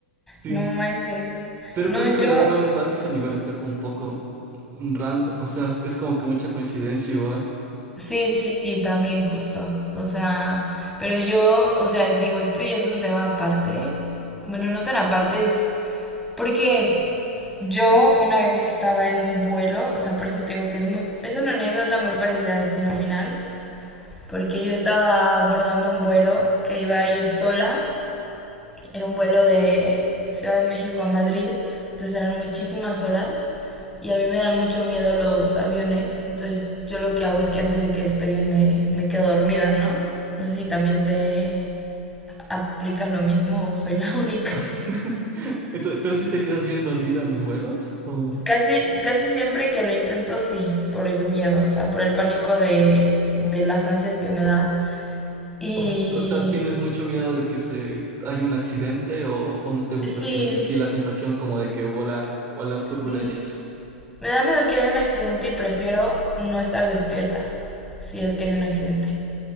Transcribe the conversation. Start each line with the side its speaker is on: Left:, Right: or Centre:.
Right: Sí,
Centre: no manches.
Right: Pero
Centre: No,
Right: creo que lo
Centre: yo,
Right: de Robin Pattinson igual está como un poco random, o sea, es como que mucha coincidencia igual.
Centre: sí, sí, también justo. O sea, pero yo, o sea, digo, esto ya es un tema aparte. Bueno, no tan aparte es porque Yo una vez estaba en un vuelo, o sea, por eso te digo que es muy, es una anécdota muy parecida a Destino Final, porque yo estaba abordando un vuelo que iba a ir sola, era un vuelo de Ciudad de México a Madrid, entonces eran muchísimas horas y a mí me dan mucho miedo los aviones, entonces yo lo que hago es que antes de que despeguen me, me quedo dormida, ¿no? No sé si también te aplicas lo mismo o soy
Right: Es-
Centre: la <laughs> única.
Right: <laughs> Entonces, pero si te quedas bien dormida en los vuelos, o,
Centre: Casi, casi siempre que lo intento, sí, por el miedo, o sea, por el pánico de, de las ansias que me da. Y
Right: o, s- o sea, tienes mucho miedo de que se haya un accidente o, o no te gusta
Centre: sí,
Right: así, la- en sí la sensación como de que volar o las turbulencias.
Centre: mm, me da miedo que haya un accidente y prefiero no estar despierta si es que hay un accidente.